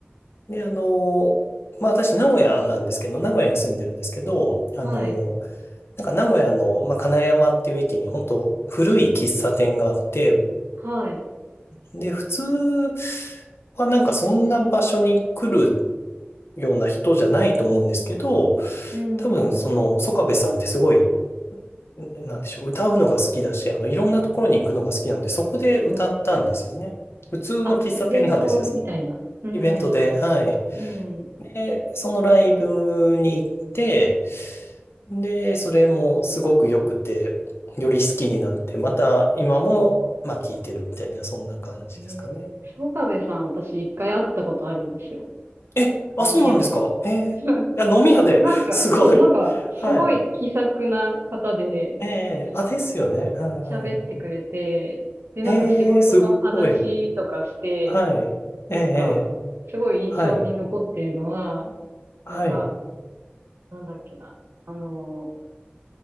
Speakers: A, on the left; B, on the right.
A: で、あの、まあ私、名古屋なんですけど、名古屋に住んでるんですけど、あの、
B: はい。
A: なんか名古屋の、まあ、金山っていう駅に本当古い喫茶店があって、
B: はい。
A: で、普通はなんかそんな場所に来るような人じゃないと思うんですけど、
B: うん。
A: 多分その、曽我部さんってすごい、なんでしょう、歌うのが好きだし、あの、いろんなところに行くのが好きなので、そこで歌ったんですよね。
B: うん。
A: 普通の喫茶店なんですよ。
B: あ、イベントみたいな。うん。
A: イベントで、はい。
B: うん。
A: で、そのライブに行って、で、それもすごく良くて、より好きになって、また今も、まあ、聴いてるみたいな、そんな感じですかね。
B: ええー、曽我部さん、私一回会ったことあるんですよ。
A: え、あ、
B: 飲み屋で。
A: そうなんですかえー、
B: <laughs>
A: いや、飲み屋で
B: なんか、
A: <laughs> すごい。
B: そう、なんか、すごい気さくな方で、
A: はい。ええあ、
B: 普通に
A: ですよね。うんうん。
B: 喋ってくれて、で、
A: ええすごい。
B: なんか仕事の話とかして、
A: はい。
B: なんか、
A: ええ
B: すごい印象に残ってるのは、
A: はい。はい。
B: なんか、なんだっけな。あのー